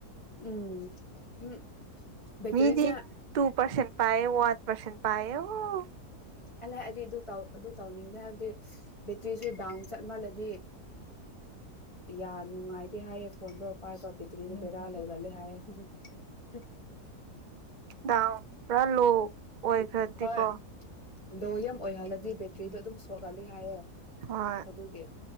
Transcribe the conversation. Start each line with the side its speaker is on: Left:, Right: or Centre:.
Left: ꯎꯝ ꯎꯝ ꯕꯦꯇ꯭ꯔꯤꯁꯦ
Right: ꯃꯤꯗꯤ ꯇꯨ ꯄꯔꯁꯦꯟ ꯄꯑ ꯋꯥꯟ ꯄꯔꯁꯦꯟ ꯄꯑ ꯑꯣ
Left: ꯑꯂꯑꯗꯤ ꯑꯗꯨ ꯇ ꯑꯗꯨ ꯇꯧꯅꯤꯡꯗꯦ ꯍꯥꯏꯕꯗꯤ ꯕꯦꯇ꯭ꯔꯤꯁꯨ ꯗꯥꯎꯟ ꯆꯠꯃꯜꯂꯗꯤ ꯌꯥ ꯅꯨꯡꯉꯥꯏꯇꯦ ꯍꯥꯏꯌꯦꯦ ꯐꯣꯟꯗꯣ ꯄꯥꯏꯕ ꯕꯦꯇ꯭ꯔꯤꯗꯣ ꯕꯦꯔꯥ ꯂꯩꯒꯜꯂꯦ ꯍꯥꯏꯌꯦ ꯑꯗꯨ ꯐ
Right: ꯗꯥꯎ ꯄꯨꯔꯥ ꯂꯣ ꯑꯣꯏꯈ꯭ꯔꯗꯤꯀꯣ
Left: ꯍꯣꯏ ꯂꯣ ꯌꯥꯝ ꯑꯣꯏꯍꯜꯂꯗꯤ ꯕꯦꯇ꯭ꯔꯤꯗꯣ ꯑꯗꯨꯝ ꯁꯣꯛꯍꯜꯂꯤ ꯍꯥꯏꯌꯦꯦ
Right: ꯍꯣꯏ
Left: ꯑꯗꯨꯒꯤ